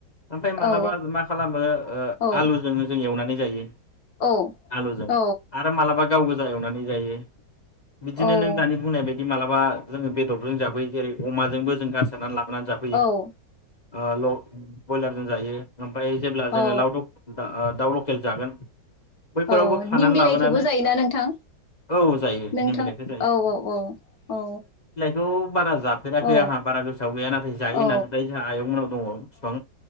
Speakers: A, on the left; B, on the left.
A: ओमफ्राय मालाबा
B: औ
A: मा खालामो ओ
B: औ
A: आलुजोंबो जों एवनानै जायो।
B: औ
A: आलुजों
B: औ
A: आरो मालाबा गाव गोजा एवनानै जायो। बिदिनो
B: औ
A: नों दानि बुंनाय बाय दि मालाबा जोङो बेदरजों जाफैयो जेरै अमाजोंबो <unintelligible>
B: औ
A: <unintelligible> ओ ल-बयलार जों जायो। ओमफ्राय जेब्ला जोङो
B: औ
A: <unintelligible> ओ दाउ लकेल जागोन। बैफोरावबो
B: औ
A: खानानै
B: निम बिलाइखौबो
A: लाबोनानै
B: जायोना नोंथां?
A: औ जायो
B: नोंथां
A: निम बिलाइखौ
B: औ औ औ औ।
A: खौ बारा जाफेराखै
B: औ
A: आंहा बारा गोसोआव गैया नाथाय जायो
B: औ
A: होननानै खोथायो जोंहा आयं मोननाव दङ बिफां